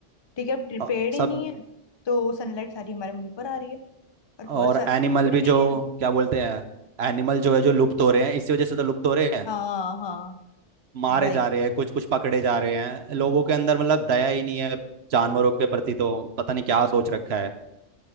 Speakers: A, on the left (about 25°); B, on the right (about 60°).
A: ठीक है अब ट्री-
B: अ,
A: पेड़ ही
B: सब
A: नहीं है तो सनलाइट सारी हमारे मुंह पर आ रही है और प-
B: और
A: स-
B: एनिमल
A: पेड़
B: भी
A: नहीं
B: जो
A: है
B: क्या बोलते हैं एनिमल जो है जो लुप्त हो रहे हैं इसी वजह से तो लुप्त हो रहे हैं
A: हाँ हाँ
B: मारे
A: भाई
B: जा रहे हैं कुछ कुछ पकड़े जा रहे हैं लोगों के अंदर मतलब दया ही नहीं है जानवरों के प्रति तो पता नहीं क्या सोच रखा है